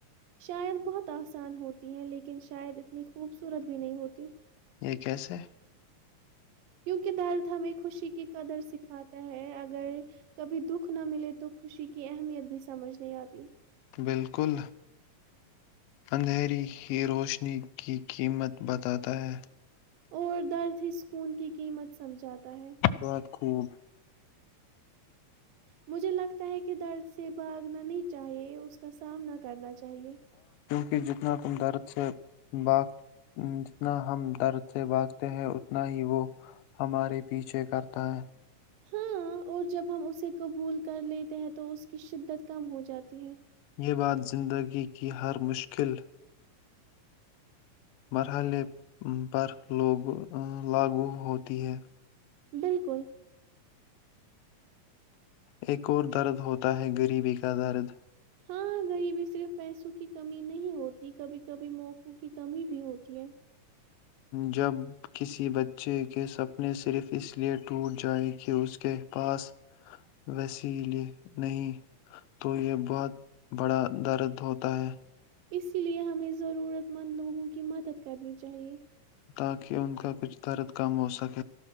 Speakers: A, on the right (about 80°); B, on the left (about 85°).
A: شاید بہت آسان ہوتی ہے لیکن شاید اتنی خوبصورت بھی نہیں ہوتی
B: یہ کیسے
A: کیونکہ درد ہمیں خوشی کی قدر سکھاتا ہے اگر کبھی دکھ نہ ملے تو خوشی کی اہمیت بھی سمجھ نہیں آتی
B: بالکل اندھیری ہی روشنی کی قیمت بتاتا ہے
A: اور درد ہی سکون کی قیمت سمجھاتا ہے
B: بہت خوب
A: مجھے لگتا ہے کہ درد سے بھاگنا نہیں چاہیے اس کا سامنا کرنا چاہیے
B: کہ جتنا تم درد سے باگ جتنا ہم درد سے باگتے ہیں اتنا ہی وہ ہمارے پیچھے کرتا ہے
A: ہاں اور جب ہم اسے قبول کر لیتے ہیں تو اس کی شدت کم ہو جاتی ہے
B: یہ بات زندگی کہ ہر مشکل مرحلے پروگ لاگو ہوتی ہے
A: بالکل
B: ایک اور درد ہوتا ہے غریبی کا درد
A: ہاں ہاں غریبی صرف پیسوں کی کمی نہیں ہوتی کبھی کبھی موقعوں کی کمی بھی ہوتی ہے
B: جب کسی بچے کے سپنے صرف اس لیئے ٹوٹ جائے کہ اس کے پاس وسیل نہیں تو یہ بہت بڑا درد ہوتا ہے
A: اسی لیے ہمیں ضرورت مند لوگوں کی مدد کرنی چاہیے
B: تاکہ ان کا کچھ درد کم ہو سکے